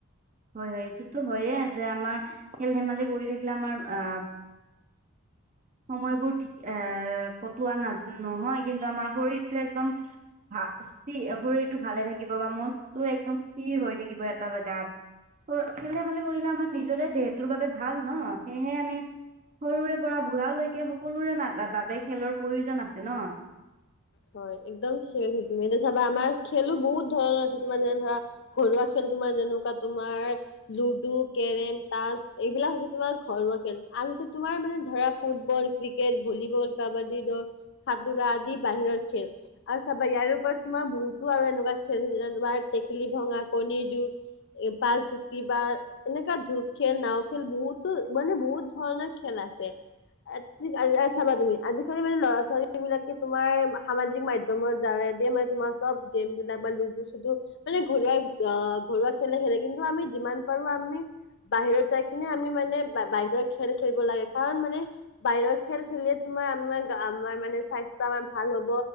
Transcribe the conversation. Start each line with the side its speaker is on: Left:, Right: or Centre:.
Right: হয়, হয় এইটোতো হয়য়ে যে আমাৰ খেল-ধেমালি কৰি থাকিলে আমাৰ আ - সময়বোৰ ঠিক এ কটোৱা না নহয় কিন্তু, আমাৰ শৰীৰটো একদম - ভা স্থিৰ শৰীৰটো ভালে থাকিব বা মনটো একদম - স্থিৰ হৈ থাকিব এটা জেগাত, তোৰ খেল- ধেমালি কৰিলে আমাৰ নিজৰে দেহ টোৰ বাবে ভাল ন? সেয়হে আমি সৰুৰে পৰা - বুঢ়ালৈকে সকলোৰে মা এ, বাবে খেলৰ প্ৰয়োজন আছে ন?
Left: হয়, একদম খেল, তুমি এতিয়া চাবা আমাৰ খেলো বহুত ধৰণৰ আছে, তোমাৰ যেনে ধৰা - ঘৰুৱা খেল তোমাৰ যেনেকুৱা তোমাৰ - লুডু, কেৰেম, তাচ এইবিলাক হৈছে তোমাৰ ঘৰুৱা খেল, আনহাতে তোমাৰ মানে ধৰা ফুটবল - ক্ৰিকেট, ভলীবল, কাবাডী ধৰ - ডবা আদি বাহিৰৰ খেল। আৰু চাবা, ইয়াৰে ওপৰত তোমাৰ বহুতো আৰু এনেকুৱা খেল আছে। যেনে তোমাৰ টেকেলি ভঙা, কণী যুঁজ - এ, পাঁগ গুটি বা - এনেকুৱা ধূপ খেল, নাওঁ খেল বহুতো, মানে বহুত ধৰণৰ খেল আছে। আজি আজি এ চাবা তুমি আজিকালি মানে ল'ৰা ছোৱালী - সেই বিলাকে তোমাৰ সামাজিক মাধ্যমৰ যাৰে দিয়ে মানে তোমাৰ চব গেম বিলাক বা লুডু-চুডু - মানে ঘৰুৱা আ ঘৰুৱা খেলে খেলে। কিন্তু, আমি যিমান পাৰোঁ আমি - বাহিৰত যাই কিনে আমি মানে বা, বাহিৰ খেল খেলিব লাগে, কাৰণ মানে - বাহিৰৰ খেল খেলিলে তোমাৰ আমাৰ, গা আমাৰ মানে - স্বাস্থ্য আমাৰ ভাল হ'ব,